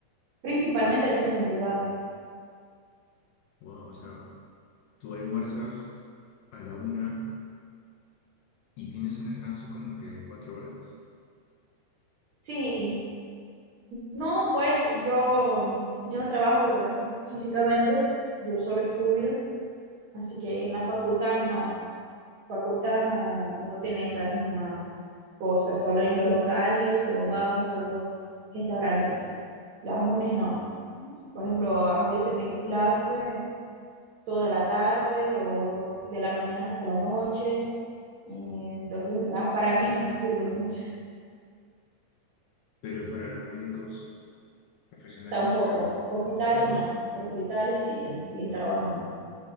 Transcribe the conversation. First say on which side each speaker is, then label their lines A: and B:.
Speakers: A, on the right (about 60°); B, on the left (about 70°).
A: Principalmente las que son privadas.
B: wow, o sea, tú almuerzas a la una y tienes un descanso como que de cuatro horas,
A: Sí, no, pues yo, yo no trabajo así físicamente, yo solo estudio, así que en la facultad no. facultad no, no tiene estas mismas cosas, solo en los locales o bancos o restaurantes. Las UNES no. Por ejemplo, a veces tengo clase toda la tarde o de la mañana hasta la noche, y entonces ah, para mí no me sirve mucho
B: pero para los médicos profesionales,
A: <laughs> tampoco.
B: o sea,
A: Hospitales
B: poco.
A: no, hospitales siguen, siguen trabajando.